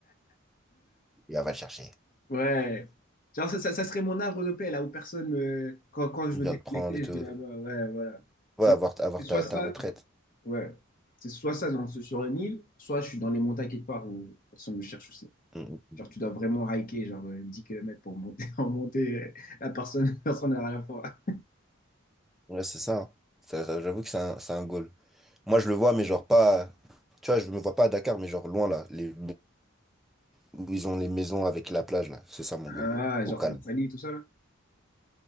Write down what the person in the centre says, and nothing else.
Il va pas la chercher.
Il
vient
de prendre et tout.
Ouais,
avoir, avoir
ta,
ta retraite.
Mm.
Ouais, c'est ça. hein. Ça- ça, J'avoue que c'est un, c'est un goal. Moi, je le vois, mais genre pas. Tu vois, je me vois pas à Dakar, mais genre loin là. Les, où ils ont les maisons avec la plage là. C'est ça mon
goal.
Au calme.